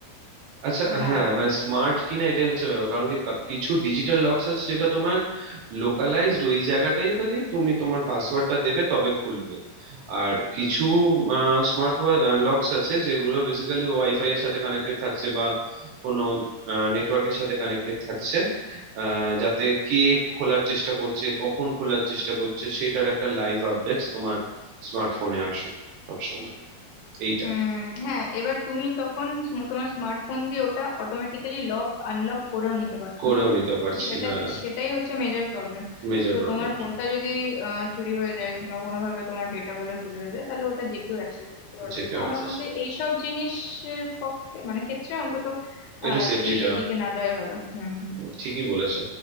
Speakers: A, on the right; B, on the left.
A: আচ্ছা
B: হ্যাঁ
A: হ্যাঁ মানে স্মার্ট কিনা এটাই হচ্ছে ব্যাপার কারণ কি কা- কিছু ডিজিটাল লক্স আছে যেটা তোমার লোকালাইজড ওই জায়গাটাই তাই তুমি তোমার পাসওয়ার্ডটা দেবে তবে খুলবে আর কিছু স্মার্ট লক্স আছে যেগুলো বেসিক্যালি ওয়াইফাই এর সাথে কানেক্টেড থাকছে বা কোনো নেটওয়ার্কের সাথে কানেক্টেড থাকছে আহ, যাতে কে খোলার চেষ্টা করছে কখন খোলার চেষ্টা করছে সেটার একটা লাইভ আপডেটস তোমার স্মার্টফোনে আসুক সবসময় এইটা
B: উম হ্যাঁ এবার তুমি তখন স্ম- তোমার স্মার্টফোন দিয়ে ওটা অটোমেটিক্যালি লক আনলক করেও নিতে পারছো
A: করেও
B: না
A: নিতে পারছি
B: তো সেটা
A: হ্যাঁ
B: সেটাই হচ্ছে মেজর প্রবলেম
A: মেজর
B: তো
A: প্রবলেমটা
B: তোমার ফোনটা যদি আহ, চুরি হয়ে যায় কিংবা কোনোভাবে তোমার ডেটা গুলো চুরি হয়ে যায় তাহলে ওটা যে কেউ অ্যাক্সেস করতে পারবে
A: যে কেউ
B: তো
A: অ্যাক্সেস
B: আমার মতে এইসব জিনিসের পক্ষে মানে ক্ষেত্রে অন্তত
A: এটা
B: আহ
A: সেফটিটা
B: এই দিকে না যাওয়াই ভালো হুম হুম
A: ঠিকই বলেছো